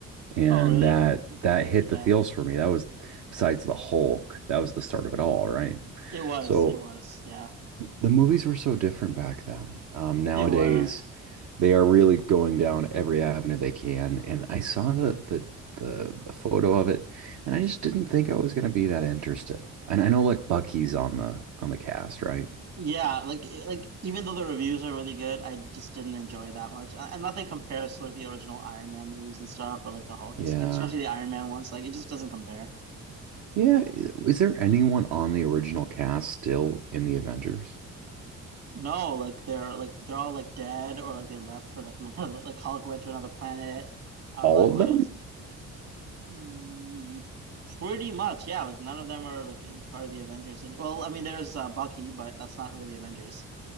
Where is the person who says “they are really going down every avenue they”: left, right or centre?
Right